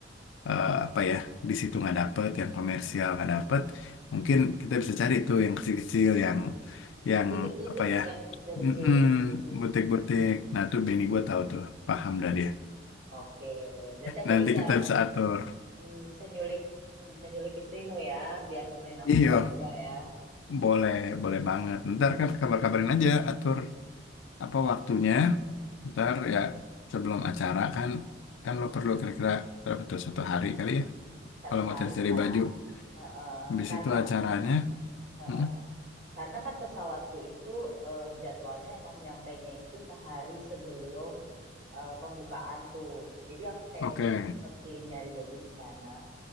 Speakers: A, on the left; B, on the right.
A: eh, apa ya di situ nggak dapet yang komersial nggak dapet mungkin kita bisa cari tuh yang kecil-kecil yang yang
B: Butik-butik
A: apa ya
B: yang kecil-kecil
A: mm-mm,
B: gitu.
A: butik-butik nah tuh Benny gue tahu tuh paham dah dia
B: Oke, berarti aku
A: nanti
B: bisa
A: kita bisa atur
B: hmm, bisa nyulik hmm, bisa nyulik istrimu ya, biar nemenin aku
A: iyo
B: belanja ya.
A: boleh boleh banget ntar kan kabar-kabarin aja atur apa waktunya ntar
B: Mm-mm.
A: ya sebelum acara kan kan lo perlu kira-kira berapa tuh satu hari kali ya
B: Satu
A: kalau mau
B: hari
A: cari-cari
B: lah.
A: baju
B: Heeh,
A: habis
B: Karena
A: itu acaranya
B: heeh.
A: Mm-mm.
B: Karena kan pesawatku itu eh, jadwalnya emang nyampainya itu sehari sebelum eh, pembukaan tuh. Jadi aku kayaknya
A: oke
B: masih sempet sih nyari baju di sana.